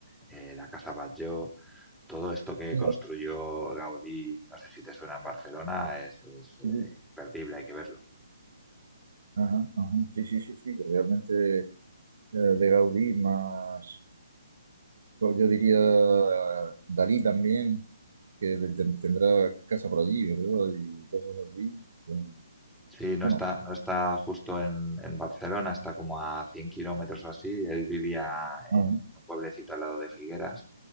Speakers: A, in the centre; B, on the right.
A: eh, la Casa Batlló, todo esto que
B: ujú,
A: construyó Gaudí, no sé si te suena en Barcelona, es, es, eh,
B: sí, sí.
A: imperdible, hay que verlo.
B: Ajá, ajá. Sí, sí, sí, sí, que realmente eh, de Gaudí, más, pues, yo diría Dalí también, que de- ten- tendrá casa por allí, ¿verdad? Y cosas así. Eh,
A: Sí, no
B: Bueno,
A: está, no está justo en, en Barcelona, está como a 100 kilómetros o así. Él vivía
B: ajá,
A: en un pueblecito al lado de Figueras.